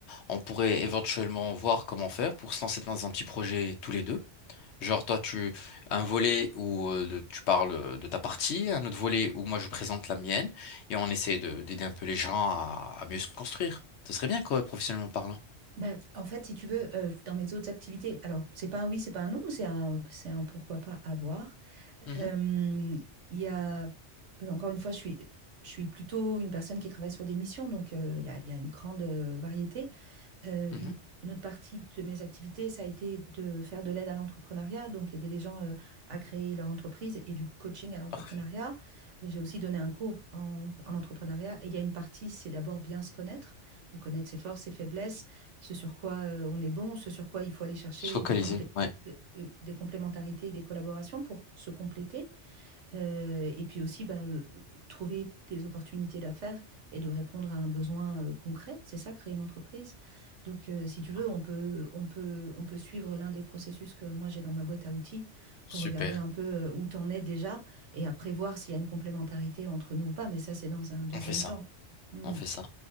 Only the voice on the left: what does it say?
On pourrait éventuellement voir comment faire pour se lancer dans un petit projet tous les deux. Genre toi, tu un volet où euh, de- tu parles de ta partie, un autre volet où moi je présente la mienne, et on essaie de d'aider un peu les gens à, à mieux se construire. Ce serait bien, quoi, professionnellement parlant.
Mhm,
mhm.
Parfait.
Se focaliser,
ouais.
Ça marche.
Super.
On fait ça.
On fait ça.